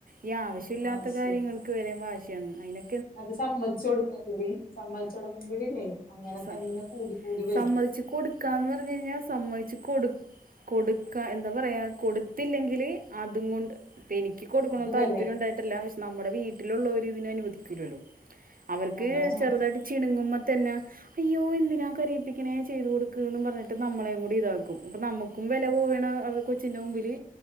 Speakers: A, on the right (about 75°); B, on the left (about 80°).
A: ഈ ആവശ്യമില്ലാത്ത
B: അത് ശരി
A: കാര്യങ്ങളില് വരെ വാശിയാണ് അതിനെ
B: അത് സമ്മതിച്ചു കൊടുക്കുമ്പോഴെ സമ്മതിച്ചു കൊടുക്കുമ്പോഴില്ലേ അങ്ങനെ
A: സ
B: തന്നെ കൂടി കൂടി വരും
A: സമ്മതിച്ച് കൊടുക്കാന്ന് പറഞ്ഞു കഴിഞ്ഞാൽ സമ്മതിച്ച് കൊടു കൊടുക്കാ എന്താ പറയ്യാ കൊടുത്തില്ലെങ്കിൽ അതും കൊണ്ട് എനിക്കും കൊടുക്കണം
B: അത് വരെ
A: താല്പര്യം ഉണ്ടായിട്ടില്ല പക്ഷെ നമ്മുടെ വീട്ടിലുള്ളവര് ഇതിന് അനുവദിക്കില്ലല്ലോ അവർക്ക്
B: അതാണ്
A: ചെറുതായിട്ട് ചിണുങ്ങുമ്പ തന്നെ അയ്യോ എന്തിനാ കരയിപ്പിക്കണേ ചെയ്തു കൊടുക്കൂന്ന് പറഞ്ഞിട്ട് നമ്മളെ കൂടി ഇതാക്കും അപ്പൊ നമുക്കും വില പോവ്വാണെ കൊച്ചിന്റെ മുമ്പില്